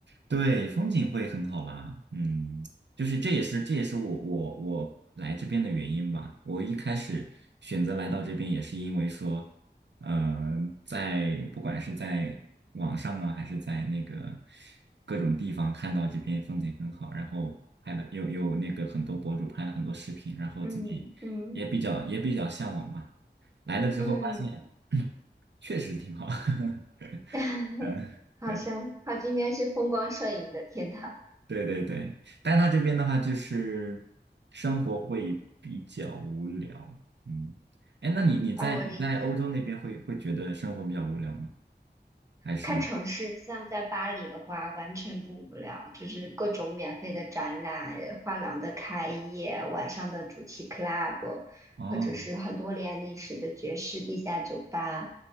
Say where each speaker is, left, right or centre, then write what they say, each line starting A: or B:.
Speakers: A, on the right (about 80°); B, on the right (about 15°).
A: 对，风景会很好啦。嗯，就是这也是这也是我我我来这边的原因吧。我一开始选择来到这边也是因为说，呃，在不管是在网上啊，还是在那个各种地方看到这边风景很好，然后拍了有有那个很多博主拍了很多视频，然后自己也比较也比较向往吧。
B: 嗯嗯
A: 来了之后发现，
B: 嗯，
A: <clears throat> 确实挺好。<laughs>
B: <laughs>
A: 嗯，
B: 好像好像应该是风光摄影的天堂
A: 对。对对对，但他这边的话就是生活会比较无聊，嗯，哎，那你你在你在欧洲那边会会觉得生活比较无聊吗？
B: 啊，我理解。
A: 还是
B: 看城市，像在巴黎的话，完全不无聊，就是各种免费的展览、画廊的开业、晚上的主题 club，
A: 哦，
B: 或者是很多年历史的爵士地下酒吧，